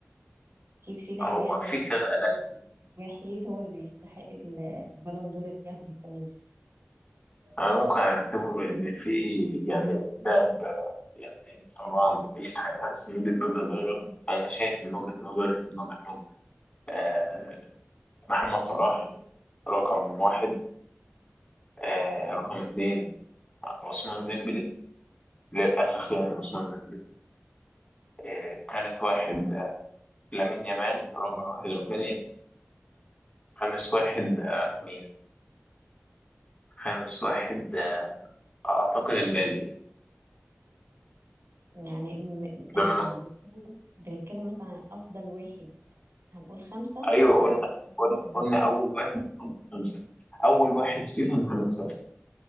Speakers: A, on the right (about 75°); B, on the left (about 30°).
A: اكيد في لاعب
B: هو
A: يعني
B: في
A: أكيد
B: كذا لا
A: وحيد هو اللي بيستحق ال- البالون دور اللي ياخده السنه دي
B: انا ممكن ارتبه ان في يعني لاعب آه، يعني طبعا يستحق احسن من البيبي ضايره انا شايف من وجهه نظري من وجهه نظري آه محمد صلاح رقم واحد آه رقم اتنين عثمان ديمبلي للأسف يعني عثمان ديمبلي آه، تالت واحد آه، لامين يامال رابع واحد رافينيا خامس واحد آه، مين خامس واحد آه، أعتقد إمبابي
A: يعني م-
B: ده
A: انا
B: من
A: بن- بنتكلم مثلا عن افضل واحد هنقول خمسه
B: أيوه قلنا
A: ولا
B: قلنا
A: واحد
B: قلنا
A: بس
B: أول واحد فيهم خمسة أول واحد فيهم خمسة